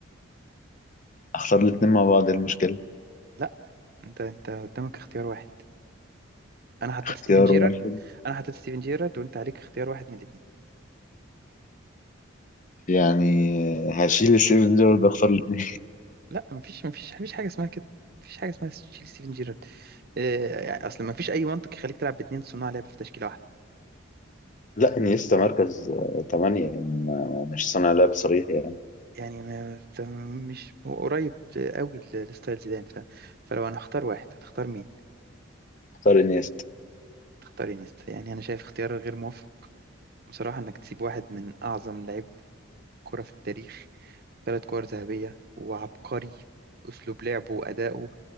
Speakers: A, on the left; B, on the right.
A: اختار الاثنين مع بعض إيه المشكله
B: لا انت انت قدامك اختيار واحد انا حطيت
A: اختيار
B: ستيفن جيرارد
A: واحد
B: انا حطيت ستيفن جيرارد وانت عليك اختيار واحد من الاتنين
A: يعني هشيل ستيفن جيرارد اختار الاثنين <laughs>
B: لا مفيش مفيش مفيش حاجه اسمها كده مفيش حاجه اسمها تشيل ستيفن جيرارد آه، يعني اصل مفيش اي منطق يخليك تلعب باتنين صناع لعب في تشكيله واحده
A: لا انيستا مركز آه، تمانية يعني ما- مش صانع لعب صريح يعني
B: يعني ما ت- مش هو قريب قوي ل- لستايل زيدان ف... فلو انا هختار واحد هتختار مين
A: اختار انيستا
B: تختار انيستا يعني انا شايف اختيار غير موفق بصراحه انك تسيب واحد من اعظم لعيبه كره في التاريخ ثلاث كور ذهبيه وعبقري اسلوب لعبه وادائه